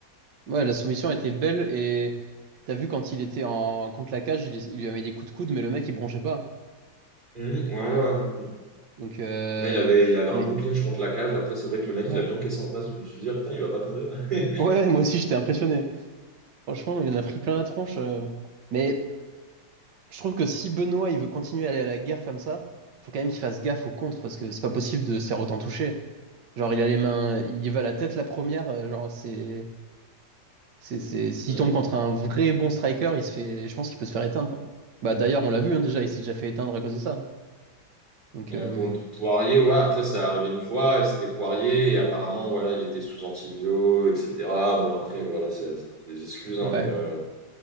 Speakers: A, on the right (about 80°); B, on the right (about 25°).
A: Ouais, la soumission était belle et t'as vu quand il était en contre la cage, il, il lui avait mis des coups de coude, mais le mec il bronchait pas. hein.
B: mhm, ouais, ouais. ouais.
A: Donc, euh,
B: Mais il avait, il avait un
A: mais
B: bon clinch contre la cage. Après, c'est vrai que le mec,
A: ouais,
B: il a bien encaissé en face. Je me suis dit, ah putain, il va pas tomber. <laughs>
A: ouais, moi aussi j'étais impressionné. Franchement, il en a pris plein la tronche. euh. Mais Je trouve que si Benoît il veut continuer à aller à la guerre comme ça, faut quand même qu'il fasse gaffe au contre parce que c'est pas possible de se faire autant toucher. Genre il a les mains, il va à la tête la première, euh, genre c'est c'est c'est s'il
B: Mm.
A: tombe contre un vrai bon striker, il se fait je pense qu'il peut se faire éteindre. Bah d'ailleurs, on l'a vu hein, déjà, il s'est déjà fait éteindre à cause de ça. Donc
B: Euh,
A: euh,
B: contre Poirier, ouais, après ça arrivé une fois, et c'était Poirier, et apparemment, voilà, il était sous antibio, etc. Bon, après, voilà, c'est ça des excuses, hein,
A: ouais,
B: mais, euh,